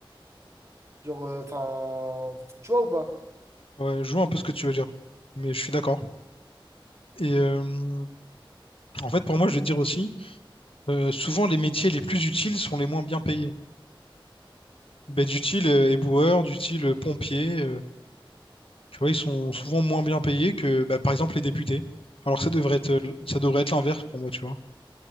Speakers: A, on the right; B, on the left.
A: Genre, euh, enfin, tu vois ou pas?
B: Ouais, je vois un peu ce que tu veux dire. Mais je suis d'accord. Et euh, en fait, pour moi, je vais te dire aussi, euh, souvent, les métiers les plus utiles sont les moins bien payés. Bah, du style euh, éboueur, du style euh, pompier, euh, tu vois, ils sont
A: Ouais,
B: souvent moins bien payés que, bah, par exemple, les députés. Alors que ça devrait être,
A: mm,
B: euh, ça devrait être l'inverse pour moi, tu vois.